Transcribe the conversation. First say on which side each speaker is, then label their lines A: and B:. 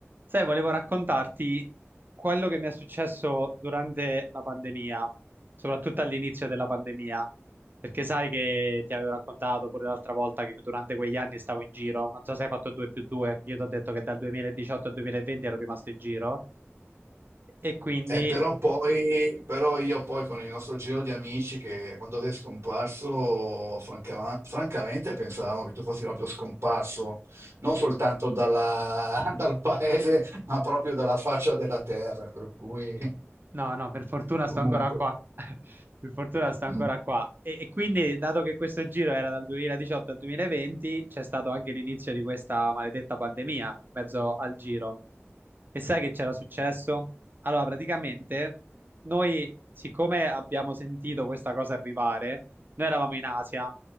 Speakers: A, on the right; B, on the right.
A: Sai, volevo raccontarti quello che mi è successo durante la pandemia, soprattutto all'inizio della pandemia, perché sai che ti avevo raccontato pure l'altra volta che durante quegli anni stavo in giro, non so se hai fatto 2 più 2, io ti ho detto che dal 2018 al 2020 ero rimasto in giro e quindi
B: Eh, però poi, però io poi con il nostro giro di amici che quando sei scomparso, franca- francamente pensavamo che tu fossi proprio scomparso, non soltanto dalla- <laughs> dal paese, ma proprio dalla faccia della terra, per cui
A: No, no, per fortuna
B: <laughs> comunque,
A: sto ancora qua. <laughs> Per fortuna sto ancora
B: mm,
A: qua. E, e quindi, dato che questo giro era dal 2018 al 2020, c'è stato anche l'inizio di questa maledetta pandemia in mezzo al giro. E sai che c'era successo? Allora, praticamente, noi, siccome abbiamo sentito questa cosa arrivare, noi eravamo in Asia,